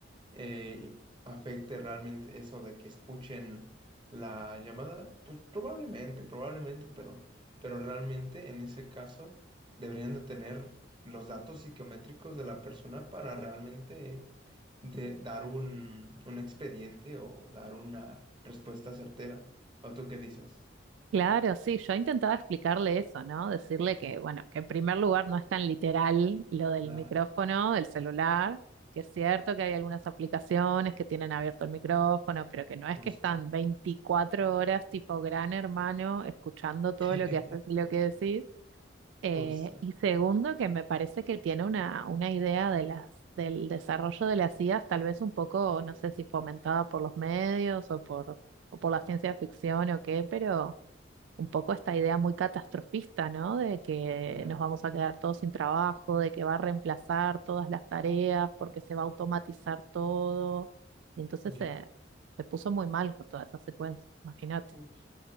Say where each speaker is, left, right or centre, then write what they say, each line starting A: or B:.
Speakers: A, on the right (about 25°); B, on the right (about 80°).
A: eh, afecte realmente eso de que escuchen la llamada, pues probablemente, probablemente, pero, pero realmente en ese caso deberían de tener los datos psicométricos de la persona para realmente eh, de, dar un, un expediente o dar una respuesta certera. ¿O tú qué dices?
B: Claro, sí, yo intentaba explicarle eso, ¿no? Decirle que, bueno, que en primer lugar no es tan literal lo del
A: Claro,
B: micrófono, del celular, que es cierto que hay algunas aplicaciones que tienen abierto el micrófono, pero que no es
A: justo,
B: que están 24 horas tipo gran hermano escuchando todo
A: <laughs>
B: lo que haces y lo que decís. Eh,
A: justo,
B: y segundo, que me parece que tiene una, una idea de las, del desarrollo de las IAs, tal vez un poco, no sé si fomentada por los medios o por, o por la ciencia ficción o qué, pero un poco esta idea muy catastrofista, ¿no? De que
A: ya,
B: nos vamos a quedar todos sin trabajo, de que va a reemplazar todas las tareas porque se va a automatizar todo. Y entonces
A: ya,
B: se, se puso muy mal con toda esa secuencia, imagínate.
A: justo.